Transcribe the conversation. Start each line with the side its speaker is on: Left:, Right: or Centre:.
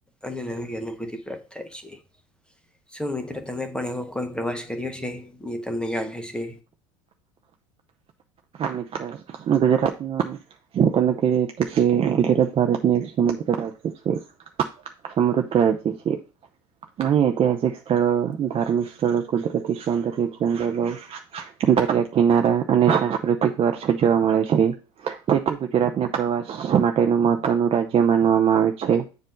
Centre: અને નવી અનુભૂતિ પ્રાપ્ત થાય છે શું મિત્ર તમે પણ એવો કોઈ પ્રવાસ કર્યો છે જે તમને યાદ હશે
Right: મિત્ર ગુજરાત ન ત કે એ કે ગુજરાત ભારતનું એક સમુદ્ર રાજ્ય છે સમૃદ્ધ થ છે અ ઐતિહાસિક સ્થળો ધાર્મિક સ્થળો કુદરતી સૌંદર્ય જંગલો દરિયા કિનારા અને સાંસ્કૃતિક વારસો જોવા મળે છે. તેથી ગુજરાતને પ્રવાસ માટેનું મહત્વનું રાજ્ય માનવામાં આવે છે.